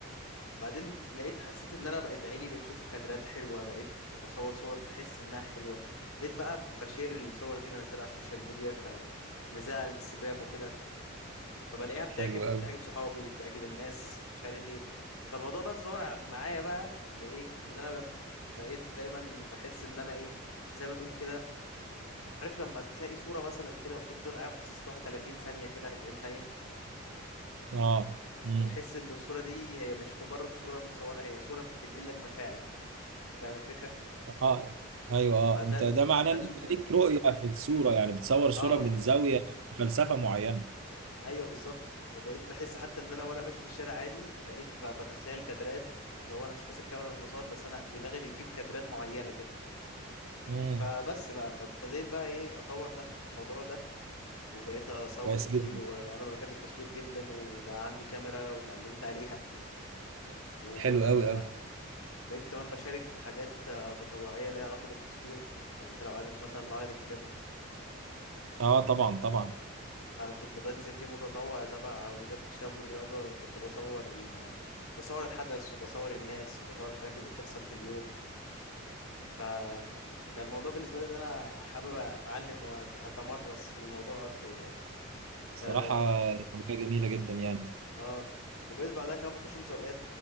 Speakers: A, on the left; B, on the right.
A: بعدين لقيت حسيت ان انا بقيت عيني بقيت اشوف كادرات حلوه بقيت بصور صور بحس انها حلوه بقيت بقى بشير الصور دي بنزلها على السوشيال ميديا فبنزلها على الانستجرام وكده فبلاقيها بتعجب
B: حلو قوي
A: بتعجب صحابي بتعجب الناس مش عارف ايه فالموضوع بقى تطور ع- معايا بقى لايه ان انا ب- بقيت دايما بحس ان انا ايه زي ما تقول كده عارف لما تلاقي صورة مثلا كده وتفضل قاعد باصص لها 30 ثانية كده 40 ثانية
B: اه امم
A: وتحس ان الصورة دي هي مش مجرد صورة متصورة هي صورة بتنقل لك مشاعر فاهم الفكرة؟
B: اه ايوه اه
A: فده
B: انت
A: ال...
B: ده معناه
A: ده
B: ان
A: ال...
B: انت ليك رؤيه في الصوره يعني بتصور الصوره
A: اه
B: من زاويه فلسفه معينه
A: ايوه بالظبط بقيت بحس حتى ان انا وانا ماشي في الشارع عادي بقيت ب... بتخيل كادرات لو انا مش ماسك كاميرا مش بصور بس انا دماغي بتجيب كادرات معينه كده
B: امم
A: فبس بقى فابتديت بقى ايه اطور نفسي في الموضوع ده وبقيت اصور
B: كويس
A: كتير
B: جدا
A: وانا بحب التصوير جدا وبقى عندي كاميرا وتعلمت عليها وبقيت
B: حلو قوي قوي
A: كمان بشارك في حاجات آه، تطوعيه ليها علاقه بالتصوير يعني انت لو عارف مثلا معرض الكتاب
B: اه طبعا طبعا
A: آه، كنت بنزل فيه متطوع تبع وزارة الشباب والرياضة كنت بصور ال... بصور الحدث وبصور الناس وبصور الحاجات اللي بتحصل في اليوم ف كان الموضوع بالنسبة لي إن أنا حابب أتعلم وأتمرس في الموضوع أكتر يعني
B: صراحة
A: آه,
B: هواية جميلة جدا يعني
A: آه وبقيت بعدها كمان بخش مسابقات